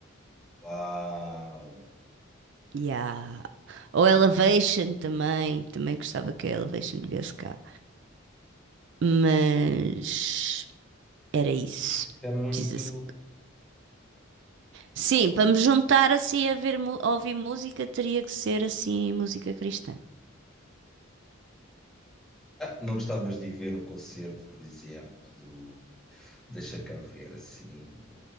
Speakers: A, in the centre; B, on the right.
A: Uau!
B: Yeah. Ou Elevation também, também gostava que a Elevation viesse cá. Mas era isso.
A: É muito.
B: Jesus Sim,
A: Não
B: para
A: sei.
B: me juntar assim a ver, mu- a ouvir música, teria que ser assim música cristã,
A: Ah, não gostavas de ir ver um concerto, por exemplo, do. Deixa cá ver, assim.